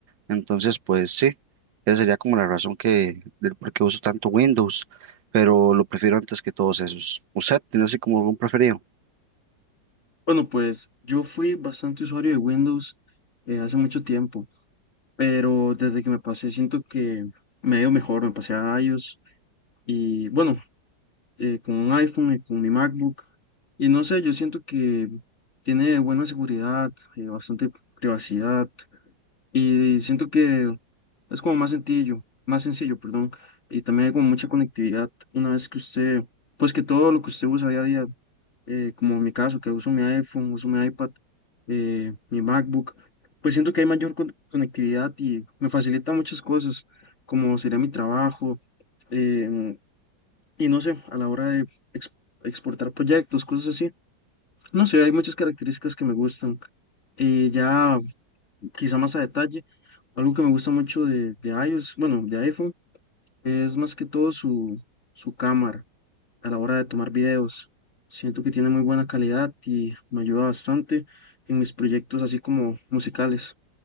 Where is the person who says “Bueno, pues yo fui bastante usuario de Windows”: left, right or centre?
Left